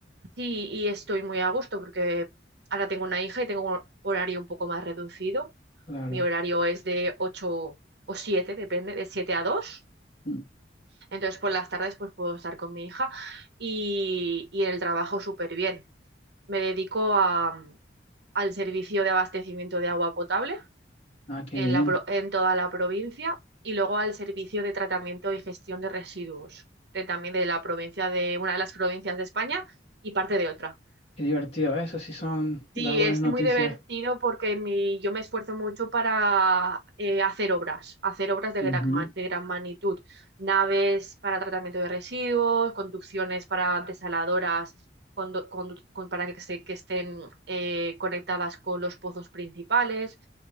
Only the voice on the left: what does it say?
Claro.
Mm.
Ah, qué
bien.
Qué divertido. Eso sí son
dar buenas
noticias.
Ujú.